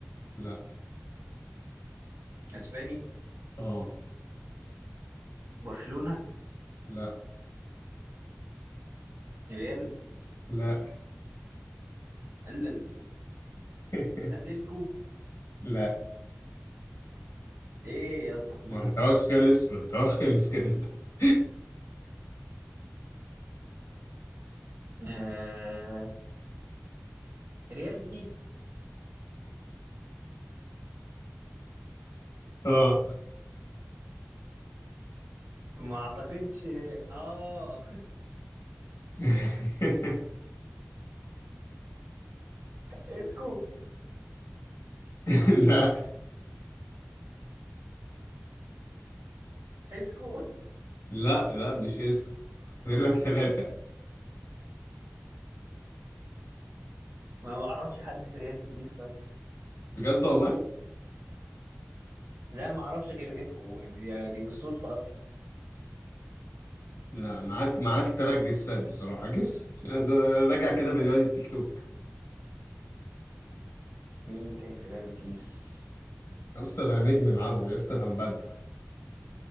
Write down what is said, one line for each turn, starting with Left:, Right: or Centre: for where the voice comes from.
Left: لا
Right: اسباني
Left: اه
Right: برشلونة
Left: لا
Right: ريال
Left: لا
Right: قال ال-
Left: <laughs>
Right: اتلتيكو
Left: لا
Right: ايه يا اسطى في
Left: محتواك
Right: ايه
Left: خلص محتواك خلص كده <laughs>
Right: آه... ريال بيتيس
Left: اه
Right: ما اعتقدش اه
Left: <laughs>
Right: <laughs> اسكو
Left: لا
Right: اسكو
Left: لا لا مش اسم فاضل لك ثلاثة
Right: ما بعرفش حد في ريال بيتيس طيب
Left: بجد والله
Right: لا ما اعرفش غير اسكو يعني دي دي بالصدفة اصلا
Left: لا معاك معاك تراك جسات بصراحة جس ده راجع كده فيديوهات التيك توك
Right: مين تاني في ريال بيتيس
Left: يا اسطى ده نجم معاهم يا اسطى ده مبدع